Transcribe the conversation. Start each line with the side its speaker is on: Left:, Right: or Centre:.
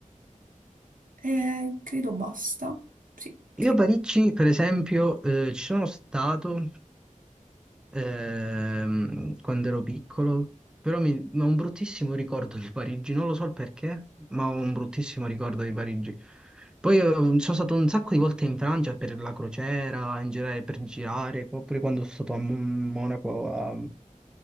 Right: e credo basta. Sì, cre-
Centre: Io a Parigi, per esempio, eh, ci sono stato ehm, quando ero piccolo, però mi... ho un bruttissimo ricordo di Parigi, non lo so il perché, ma ho un bruttissimo ricordo di Parigi. Poi eh, sono stato un sacco di volte in Francia per la crociera, in generale per girare, oppure quando sono stato a Mon- Monaco, a,